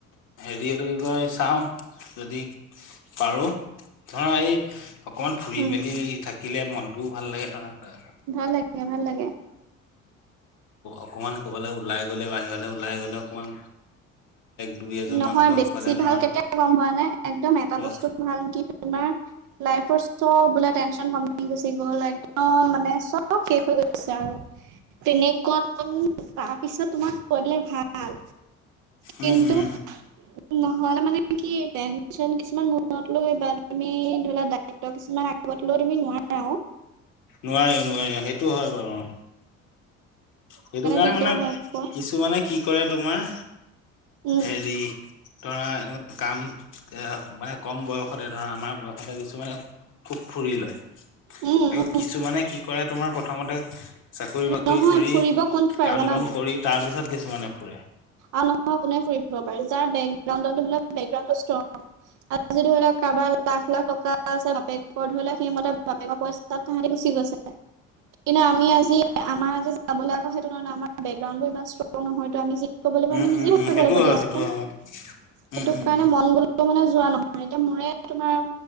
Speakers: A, on the left; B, on the right.
A: হেৰিটো কিবা চাওঁ যদি পাৰোঁ ধৰা এই অকমান ফুৰি
B: উম
A: মেলি থাকিলে মনটোও ভাল লাগে নহয়।
B: ভাল লাগে ভাল লাগে।
A: অকমান কবালে ওলাই গলে বাহিৰলৈ ওলাই গলে অকমান দুই এজন
B: নহয়
A: মানুহ লগ
B: বেছি
A: পালে ধৰা
B: ভাল কেতিয়া গম পোৱা নাই একদম এটা
A: কোৱা
B: বস্তু ভাল কি তোমাৰ লাইফৰ চব বোলে টেনচন কমি গুচি গ'ল একদম মানে চব শেষ হৈ গৈছে আৰু তেনেকত তাৰপিছত তোমাক কৰিলে ভাল কিন্তু
A: উম উম
B: নহলে মানে কি টেনচন কিছুমান মূৰত লৈ বা তুমি ধৰি ল দায়িত্ব কিছুমান আগত লৈ তুমি নোৱাৰা
A: নোৱাৰি নোৱাৰি সেইটো হয় বাৰু সেইটো কাৰণে
B: দিগদাৰ
A: মানে
B: হয় আকৌ
A: কিছু মানে কি কৰে তোমাৰ
B: উম,
A: হেৰি ধৰা এনেকোৱা কাম এ মানে কম বয়সতে ধৰা আমাৰ বয়সতে কিছুমানে খুব ফুৰি লয়
B: উম, উম,
A: আকৌ কিছুমানে কি কৰে তোমাৰ প্ৰথমতে চাকৰি বাকৰি
B: নহয়
A: কৰি
B: ফুৰিব কোন পাৰে
A: কাম
B: জানা
A: বন
B: নাই
A: কৰি তাৰ পিছত কিছুমানে ফুৰে
B: আৰু নহয় কোনে ফুৰিব পাৰে যাৰ বেংক একাউণ্টৰ বেকগ্ৰাউণ্ডটো ষ্ট্ৰং আজি ধৰি লওঁক কাৰোবাৰ লাখ লাখ টকা আছে বাপেকৰ ধৰি লওঁক সেইমতে বাপেকৰ পইচা তাহাঁতি গুচি গৈছে। কিন্তু আমি আজি আমাৰ আজি যাব আকৌ সেইটো কাৰণে আমাৰ বেকগ্ৰাউ ইমান ষ্ট্ৰং নহয়তো আমি ক'ব লাগিব
A: উম
B: আমি নিজে
A: উম উম সেইটো
B: লাগিব
A: হয়
B: দিয়াচোন
A: সেইটো হয়
B: সেইটো
A: উম উম
B: কাৰণে
A: উম
B: মন গল মানে যোৱা নহয় এতিয়া মোৰে তোমাৰ